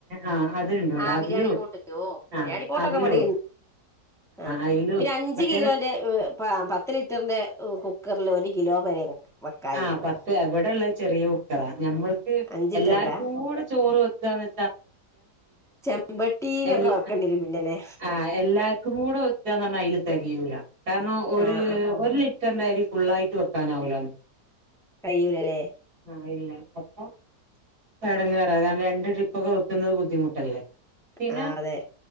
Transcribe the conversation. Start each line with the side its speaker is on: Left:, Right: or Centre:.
Right: ആ അതുണ്ട് ഇവിടെ
Centre: ആഹ
Right: അതിലും
Centre: ബിരിയാണി പോട്ട് ഓ
Right: ആ
Centre: ബിരിയാണി പോട്ടൊക്കെ
Right: അതിലും
Centre: മട ആ
Right: അയില്
Centre: പിന്നെ അഞ് അഞ്ച്
Right: മറ്റേത്
Centre: കിലോന്റെ പത്ത് ലിറ്ററിന്റെ കുക്കറിൽ ഒരു കിലോ വരെ വെക്കായുള്ളൂ
Right: ആഹ പത്ത് ഇവിടെള്ള ചെറിയ കുക്കറാ ഞമ്മൾക്ക്
Centre: അഞ്ചിറ്ററിന്റാ
Right: എല്ലാർക്ക കൂടെ ചോറ് വെ
Centre: ചെമ്പട്ടിയിലൊക്കെ
Right: ായാ നി
Centre: വെക്കേണ്ടി വരും പിന്നെല്ലേ
Right: ആ എല്ലാർക്കും കൂടെ ഒ പറ തികൂല കാരണം ഒരു
Centre: ആഹ് ആഹ്
Right: ഒരു ലിറ്ററിന്റെ അരി ഫുുള്ളായിട്ട് വെക്കാനാവൂലന്ന്
Centre: കയ്ലല്ലേ
Right: ആല്ല അപ്പ ചടങ്ങറ കാരണം രണ്ട് ട്രിപ്പൊക്കെ വക്കുന്നത് ബുദ്ധിമുട്ടല്ലേ പിന്നെ
Centre: ആഹ് അതെ